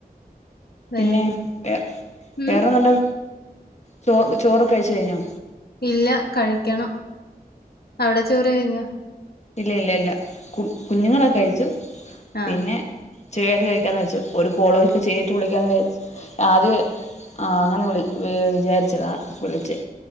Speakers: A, on the left; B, on the left.
A: വര്
B: പിന്നെ വേ
A: ഉം
B: വേറെന്തുണ്ട് ചോറ് ചോറൊക്കെ കഴിച്ച കഴിഞ്ഞോ
A: ഇല്ല കഴിക്കണം അവിടെ ചോറ് കഴിഞ്ഞ
B: ഇല്ല ഇല്ല ഇല്ല കു കുഞ്ഞുങ്ങളൊക്കെ അഴിച്ചു
A: ആ
B: പിന്നെ ചുയായിട്ട് കഴിക്കാന്ന് വെച്ചു ഒരു കോളോക്കെ ചെയ്തിട്ട് വിളിക്കാന്ന് വി ആദ്യ ആഹ് അങ്ങനെ വിളി വിചാരിച്ചതാ വിളിച്ചെ